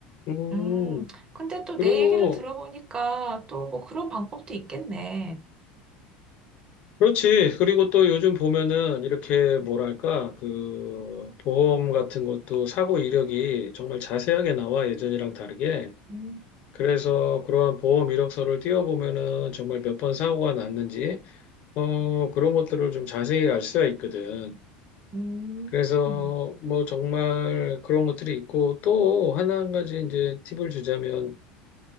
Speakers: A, on the left; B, on the right.
A: 음.
B: 음, 근데 또
A: 그리고
B: 내 얘기를 들어보니까 또 뭐 그런 방법도 있겠네.
A: 그렇지. 그리고 또 요즘 보면은 이렇게 뭐랄까, 그, 보험 같은 것도 사고 이력이 정말 자세하게 나와, 예전이랑 다르게.
B: 음,
A: 그래서 그러한 보험 이력서를 띄워보면은 정말 몇 번 사고가 났는지, 어, 그런 것들을 좀 자세히 알 수가 있거든.
B: 음.
A: 그래서 뭐 정말 그런 것들이 있고 또 하나 한 가지 이제 팁을 주자면